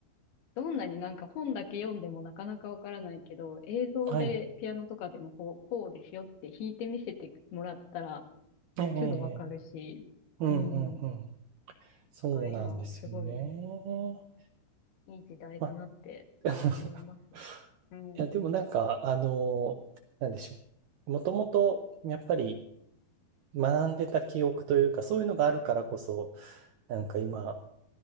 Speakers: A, on the left (about 75°); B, on the right (about 80°).
A: どんなになんか本だけ読んでもなかなかわからないけど、映像でピアノとかでもこう、
B: はい。
A: こうですよって弾いてみせてもらったら、
B: ええ
A: すぐわかるし、
B: うんうんうん。
A: うん。
B: そうなんですよね。
A: だから今はすごいいい時代だなって思います。
B: まあ <laughs>、
A: うん。
B: いやでもなんか、あの、なんでしょう。もともとやっぱり学んでた記憶というか、そういうのがあるからこそ、なんか今、